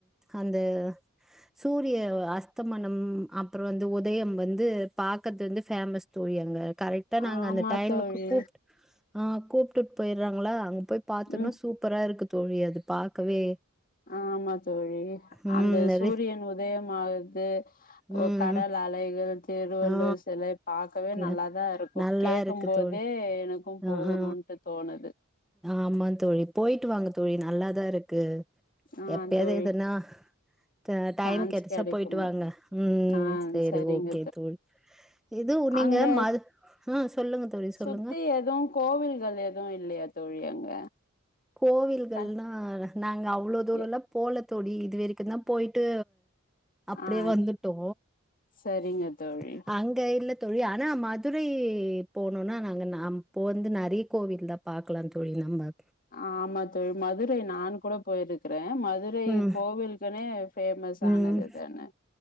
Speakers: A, in the centre; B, on the left.
A: அந்த சூரிய அஸ்தமனம் அப்ரோ வந்து உதயம் வந்து பாகத்து வந்து பேமஸ் தோழி அங்க கரெக்டா நாங்க
B: ஆமா
A: அந்த டைமுக்கு
B: தோழி
A: கூப் அ கூப்டுட்டு போயிறாங்களா அங்க போய் பாத்தோன்னா
B: ம்
A: சூப்பரா இருக்கு தோழி அது பாக்கவே
B: ஆமா தோழி
A: ம்
B: அந்த
A: நெறை
B: சூரியன் உதயம் ஆகர்து
A: ம்
B: ஒ கடல்
A: ம்
B: அலைகள் திருவள்ளூர்
A: ஆ
B: சிலை பாக்கவே
A: யா
B: நல்லாதா இருகும்
A: நல்லா
B: கேக்கும்போதே
A: இருக்கு தோழி
B: ஏ எனக்கும்
A: ஆ
B: போகணுன்டு
A: ஆ
B: தோணுது
A: ஆமா தோழி போயிட்டு வாங்க தோழி நல்லாதா இருக்கு
B: ஆ
A: எப்பயாது
B: தோழி
A: எதுனா த டைம்
B: சான்ஸ்
A: கெடைச்சா
B: கெடைக்கும்போ
A: போயிட்டு வாங்க ம்
B: ஆ
A: சேரி
B: சரிங்க
A: ஓகே தோழி இது நீங்க
B: அங்க
A: மல் உ சொல்லுங்க தோழி சொல்லுங்க
B: சுத்தி எதுவு கோவில்கள் எதுவு இல்லையா தோழி அங்க
A: கோவில்கள்னா
B: கண்
A: நாங்க அவ்ளோ தூரோல்லா
B: எ
A: போல தோழி இதுவரைக்கு தா போய்ட்டு அப்டியே
B: ஆ
A: வந்துட்டோ
B: சரிங்க
A: <inaudible>
B: தோழி
A: அங்க இல்ல தோழி ஆனா மதுரை போனுனா நாங்க அப்போ வந்து நெறைய கோவில் தா பாக்கலா தோழி நம்ம
B: ஆமா தோழி மதுரை நான் கூட போயிருக் க்றே மதுரை
A: ம்
B: கோவிலுக்குனே ஃபேமஸ்
A: ம்
B: ஆனதுதானே